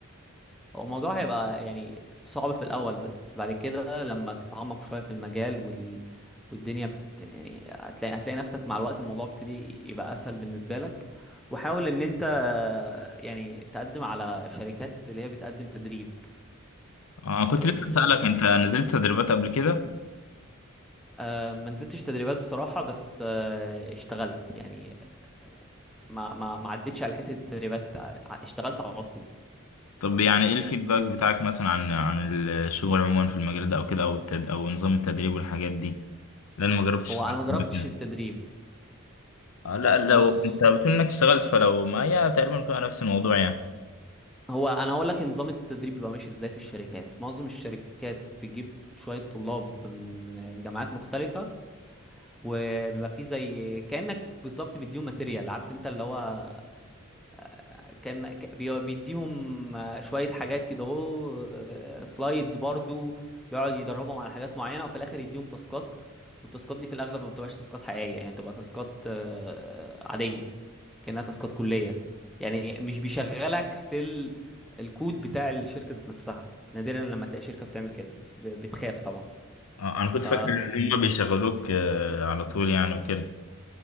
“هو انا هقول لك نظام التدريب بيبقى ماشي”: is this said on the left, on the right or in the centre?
Centre